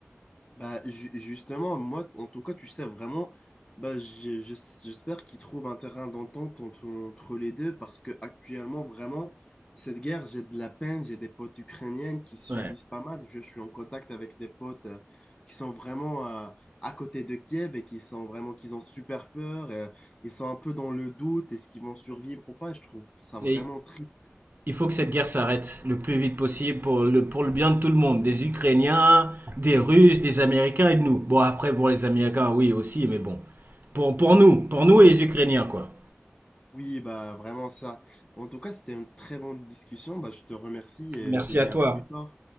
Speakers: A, on the left; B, on the right.
A: Bah, ju- justement, moi, en tout cas, tu sais, vraiment, bah, je- je- j'espère qu'ils trouvent un terrain d'entente entre, entre les deux parce que actuellement, vraiment, cette guerre, j'ai de la peine, j'ai des potes ukrainiennes qui subissent
B: Ouais.
A: pas mal. Je suis en contact avec des potes euh, qui sont vraiment euh, à côté de Kiev et qui sont vraiment, qu'ils ont super peur, euh, ils sont un peu dans le doute, est-ce qu'ils vont survivre ou pas? Je trouve ça vraiment
B: Mais
A: triste.
B: il faut que cette guerre s'arrête le plus vite possible pour le, pour le bien de tout le monde, des Ukrainiens, des Russes, des Américains et de nous. Bon, après, pour les Américains, oui, aussi, mais bon, pour, pour nous, pour nous et les Ukrainiens, quoi.
A: Oui, bah, vraiment ça. En tout cas, c'était une très bonne discussion. Bah, je te remercie et
B: Merci
A: te dis
B: à toi.
A: à plus tard.